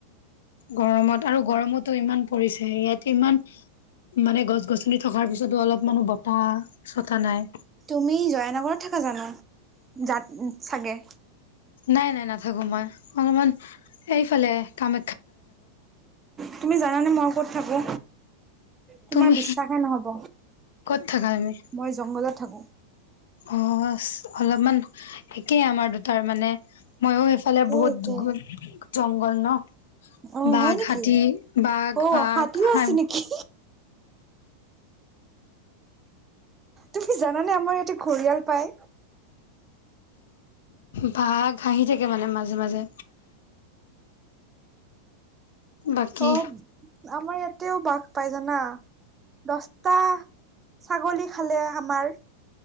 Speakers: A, on the left (about 60°); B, on the right (about 20°).
A: গৰমত আৰু গৰমতো ইমান পৰিছে, ইয়াতে ইমান মানে গছ, গছনি থকাৰ পিছতো অলপ মানো বতাহ, চতা নাই।
B: তুমি জয়ানগৰত থাক জানো যাত চাগে।
A: নাই নাই নাথাকো মই অলপমান এইফালে কাম
B: তুমি জানানে মই ক'ত থাকো তোমাৰ
A: তুমি
B: বিশ্বাসে নহব
A: ক'ত থাকা তুমি
B: মই জংঘলত থাকো
A: অ', লপমান একেই আমাৰ দুটাৰ মানে মইো এইফালে
B: কে
A: বহুত
B: কে
A: গুণ জংঘল ন
B: অ
A: বাঘ
B: হয় নেকি
A: হাটী বাঘ
B: অ
A: বাঘ
B: হাতীও
A: হা
B: আছে নেকি তুমি জানানে আমাৰ ইয়াতে ঘৰিয়াল পায়
A: বা ঘহি থাকে মানে মাজে মাজে বাকী
B: অ', মাৰ ইয়াত তিও বাস পাই জানা দহটা ছাগলী খালে আমাৰ